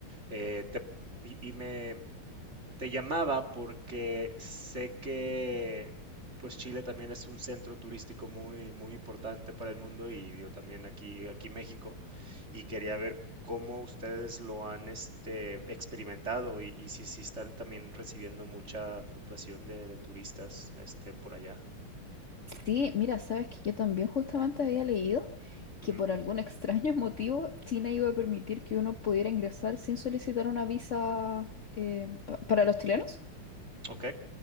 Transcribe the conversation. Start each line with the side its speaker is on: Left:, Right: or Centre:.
Right: Eh, te- y, y me, Te llamaba porque sé que pues Chile también es un centro turístico muy muy importante para el mundo y digo también aquí aquí México y quería ver cómo ustedes lo han este experimentado y, y si, si están también recibiendo mucha fluctuación de, de turistas este por allá.
Left: Sí, mira, sabes que yo también justamente había leído que
Right: Ujú.
Left: por algún <laughs> extraño motivo China iba a permitir que uno pudiera ingresar sin solicitar una visa eh, pa- para los chilenos.
Right: Ok,